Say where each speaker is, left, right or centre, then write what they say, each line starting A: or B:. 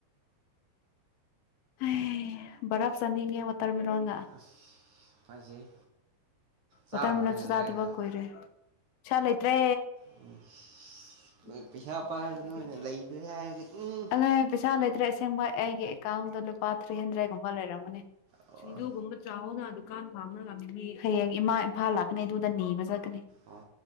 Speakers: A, on the left; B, on the right.
A: ꯍꯩ ꯕꯔꯐ ꯆꯥꯅꯤꯡꯉꯦ ꯋꯥꯠ ꯇꯔꯃꯤꯔꯣꯟꯒ
B: ꯑꯁ ꯐꯖꯩ ꯆꯥꯔꯨꯔꯣꯅꯦ
A: ꯋꯥꯇꯔꯃꯦꯂꯣꯟꯁꯨ ꯆꯥꯗꯕ
B: ꯂꯩꯔꯒ
A: ꯀꯨꯏꯔꯦ ꯁꯥ ꯂꯩꯇ꯭ ꯔꯦ
B: ꯎꯝ ꯅꯣꯏ
A: ꯎꯝ
B: ꯄꯩꯁꯥ
A: ꯍꯥꯎꯔꯦ
B: ꯄꯥꯏꯕ
A: ꯑꯩꯒꯤꯗꯤ
B: ꯅꯣꯏꯅ
A: ꯑꯗꯨ
B: ꯂꯩꯇ꯭ꯔꯦ ꯍꯥꯏꯔꯗꯤ ꯎꯝ
A: ꯑꯂꯩ ꯄꯩꯁꯥ ꯂꯩꯇ꯭ꯔꯦ ꯑꯁꯦꯡꯕ ꯑꯩꯒꯤ ꯑꯦꯀꯥꯎꯟꯗ ꯂꯨꯄꯥ ꯊ꯭ꯔꯤ ꯍꯟꯗ꯭ꯔꯦꯗꯀꯨꯝꯕ ꯂꯩꯔꯝꯒꯅꯤ
B: ꯑꯣ
A: ꯁꯤꯡꯖꯨꯒꯨꯝꯕ ꯆꯥꯋꯣꯅ ꯗꯨꯀꯥꯟ ꯐꯝꯔꯒ ꯃꯤ ꯃꯤ ꯍꯌꯦꯡ ꯏꯃꯥ ꯏꯝꯐꯥꯜ ꯂꯥꯛꯀꯅꯤ ꯑꯗꯨꯗ ꯅꯤꯕ ꯆꯠꯀꯅꯤ
B: ꯑꯣ